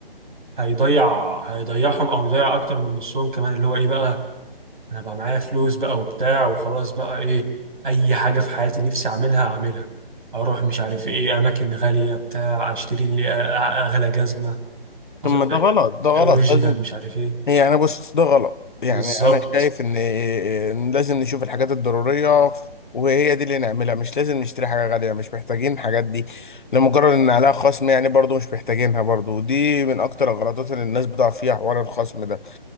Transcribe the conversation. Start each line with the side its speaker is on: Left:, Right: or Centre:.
Right: هيضيع هيضيعهم أو يضيع أكتر من نصهم كمان اللي هو إيه بقى أنا بقى معايا فلوس بقى وبتاع وخلاص بقى إيه أي حاجة في حياتي نفسي أعملها أعملها أروح مش عارف إيه أماكن غالية بتاع أشتري لي أ- أ- أغلى جزمة
Left: طب
Right: أص-
Left: ما ده غلط ده غلط
Right: أوريجينال
Left: لازم
Right: مش عارف إيه
Left: هي انا بص ده غلط يعني
Right: بالظبط
Left: انا شايف ان إن لازم نشوف الحاجات الضروريه وهي دي اللي نعملها مش لازم نشتري حاجه غاليه مش محتاجين الحاجات دي لمجرد ان عليها خصم يعني برضو مش محتاجينها برضو ودي من اكتر الغلطات اللي الناس بتقع فيها حوار الخصم ده